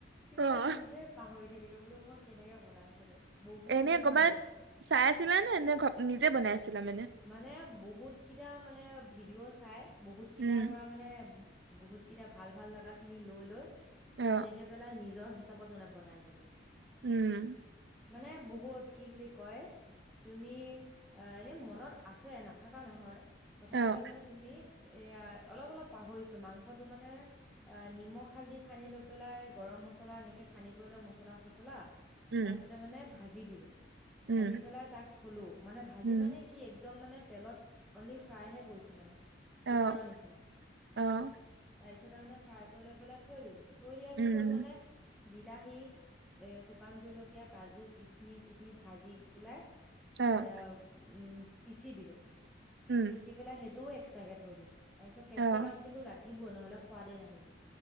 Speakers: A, in the centre; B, on the right.
A: কিন্তু
B: অ',
A: মই নিজে পাহৰি ঢাকিটো বোলো মই কেনেকে বনাইছিলো। বহুত
B: এনে
A: দিন
B: কৰবাত
A: হ'ল
B: চাই আছিলা নে নে ঘ নিজে বনাই আছিলা
A: মানে বহুত কিইটা মানে ভিডিঅ' চাই বহুত কিটাৰ
B: উম,
A: পৰা মানে বহুতকেইটা ভাল ভাল লগা খিনি লৈ লৈ
B: অ',
A: তেনেকে পেলা নিজ নিজৰ হিচাপত মানে বনাই দিলো
B: উম
A: মানে বহুত কি বুলি কয় তুমি অ এনে মনত আছে, নাথকা নহয়। প্ৰথমতে
B: অ',
A: মানে তুমি এয়া অলপ অলপ পাহৰিছো মাংসটো মানে এ নিমখ হালধি সানি লৈ পেলাই গৰম মছলা এনেকে সানি কৰি লওঁ মছলা চছলা তাৰপিছতে
B: উম,
A: মানে ভাজি দিলোঁ। ভাজি
B: উম,
A: পেলাই তাক থলো। মানে ভাজি
B: উম,
A: মানে কি একদম মানে তেলত অনলি ফ্ৰাইহে কৰিছো মানে,
B: অ',
A: পকৰা নিচিনা
B: অ',
A: তাইৰ পিছত মই ফ্ৰাই কৰি লৈ পেলাই থৈ দিলো থৈ দিয়াৰ
B: উম,
A: পিছত মানে বিলাহী, এ শুকান জলকীয়া, কাজু, কিচমিচ এইখিনি ভাজি পেলাই,
B: অ',
A: এ উম পিচি দিলো,
B: উম।
A: পিচি পেলাই সেইটোও এক্সটাকে থৈ দিছো তাৰ পিছত কেপচিকাম
B: অ',
A: কিন্তু লাগিবই নহলে সোৱাদেই নাহিব।